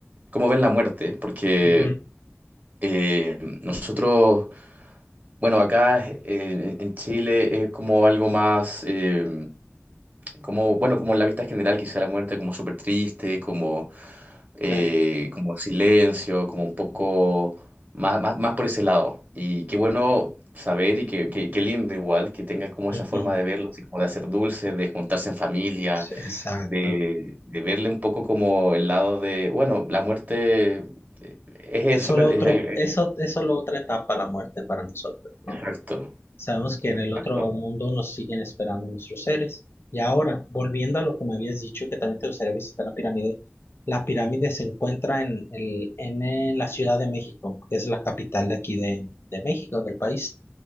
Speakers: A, on the right; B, on the left.
A: cómo ven la muerte, porque
B: ujú,
A: Eh, nosotros, bueno, acá eh, en Chile es como algo más, eh, como, bueno, como en la vista general, quizá la muerte como súper triste, como, eh,
B: sí,
A: como silencio, como un poco más, más, más por ese lado. Y qué bueno saber y qué, qué, qué lindo igual que tengan como
B: ujú.
A: esa forma de verlo, así como de hacer dulce, de juntarse en familia,
B: Sí, Exacto.
A: de, de verle un poco como el lado de, bueno, la muerte eh, es
B: Es
A: eso,
B: solo
A: que- es
B: otro,
A: el-
B: eso es solo otra etapa la muerte para nosotros, ¿no?
A: Exacto.
B: Sabemos que en
A: Exacto.
B: el otro mundo nos siguen esperando nuestros seres. Y ahora, volviendo a lo que me habías dicho, que también te gustaría visitar la pirámide, la pirámide se encuentra en, el, en, eh, la Ciudad de México, que es la capital de aquí de, de México, del país.